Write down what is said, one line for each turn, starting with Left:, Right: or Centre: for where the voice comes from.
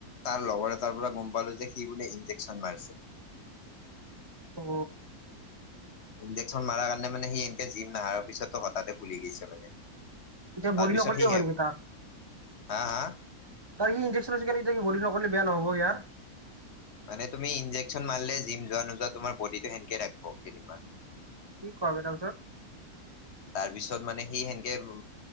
Left: তাৰ লগৰ এটাৰ পৰা গম পালো যে সি বোলে ইন্জেকশচন মাৰছে
Right: ত
Left: ইঞজেকশ্যন মাৰা কাৰণে মানে সি এনকে জিম নাহাৰ পিছতো হঠাতে ফুলি গেছে মানে
Right: এতিয়া
Left: তাৰপিছত
Right: বডি নকৰিলেও
Left: সি
Right: হয়
Left: হে
Right: নেকি তাৰ
Left: হা হা
Right: ত স ইনজেক্যন লৈছে এতিয়া বডি ন বয়া নহব তাৰ
Left: মানে তুমি ই্জেক্চন মাৰলে জিম যোৱা নোযোৱা তোমাৰ বডি টো সেনেকে ৰাখিব কেইদিনমান
Right: কি কোৱাবে তাৰপিছত
Left: তাৰ পিছত মানে সি সেনকে উ